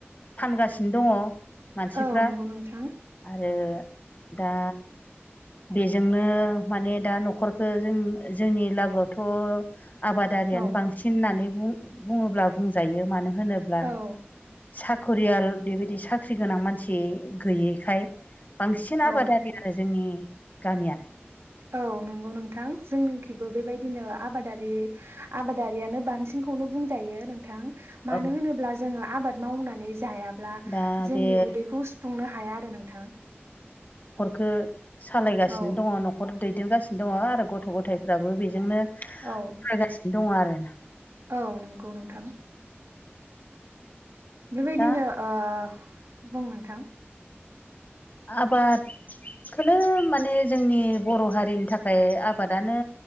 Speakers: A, on the left; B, on the right.
A: फानगासिनो दङ मानसिफ्रा
B: औ नंगौ नोंथां
A: आरो दा बेजोंनो माने दा न'खरखौ जों जोंनि लागोयावथ' आबादारियानो
B: औ
A: बांसिन होननानै बुङोब्ला बुंजायो मानो होनोब्ला
B: औ
A: साख'रियाल बेबायदि साख्रि गोनां मानसि गैयैखाय बांसिन आबादारि
B: औ
A: आरो जोंनि गामिया
B: औ नंगौ नोंथां जोंनिखैबो बेबायदिनो आबादारि आबादारियानो बांसिनखौनो बुंजायो नोंथां मानो
A: औ
B: होनोब्ला जों आबाद मावनानै जायाब्ला
A: दा
B: जोंनि
A: बे
B: उदैखौ सुफुंनो हाया आरो नोंथां
A: खौ सालायगासिनो
B: औ
A: दङ न'खर दैदेनगासिनो दङ आरो गथ' गथायफ्राबो बेजोंनो
B: औ
A: सालायगासिनो दङ आरो
B: औ नंगौ नोंथां बेबायदिनो
A: दा
B: ओ बुं नोंथां
A: आबाद खोनो माने जोंनि बर' हारिनि थाखाय आबादानो